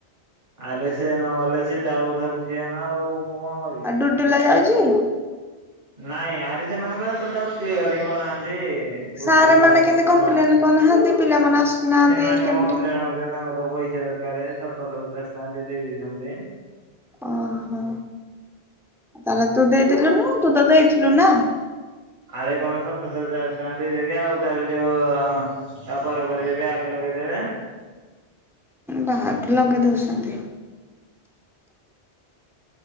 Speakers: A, on the right (about 50°); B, in the centre.
A: ଆରେ ସିଏ ନ ଗଲେ ସିଏ ତା କଥା ବୁଝିବ ନା ଆଉ, ମୁଁ କଣ କରି
B: ଆଉ ଡୁଡୁଲା ଯାଉଛି?
A: ନାଇଁ ଆରେ ସେମାନେ ପରା ଟୋଟାଲ କ୍ଲିୟର୍ ହିଁ କରୁନାହାନ୍ତି। ଗୁଡୁୁ,
B: ସାର୍ ମାନେ କେମିତି
A: ଡୁଡୁଲା
B: କମ୍ପ୍ଲେନ
A: ସେମାନେ
B: କରୁନାହାନ୍ତି ପିଲାମାନେ ଆସୁନାହାନ୍ତି କେମିତି
A: କଣ କପ୍ଲେନ୍ କରିଚନ୍ତି ତାଙ୍କ ତ ପଇସା ଦରକାରେ ସତରଶ ପଚାଶ ଟଙ୍କା ସେ ଦେଇ ଦେଇଛନ୍ତି।
B: ଓହୋ, ତାହେଲେ ତୁ ଦେଇଦେଲୁନି, ତୁ ତ ଦେଇଥିଲୁ ନା?
A: ଆରେ କଣ ସାତଶ ପଚାଶ ଟଙ୍କା ଦେଇଦେବି ଆଉ ତାପରେ ଯୋଉ ଅ, ତା ପରେ ପରେ ଯେ ବ୍ୟାକ୍ ଲଗେଇଦେବେ।
B: ବ୍ୟାକ୍ ଲଗେଇ ଦଉଛନ୍ତି।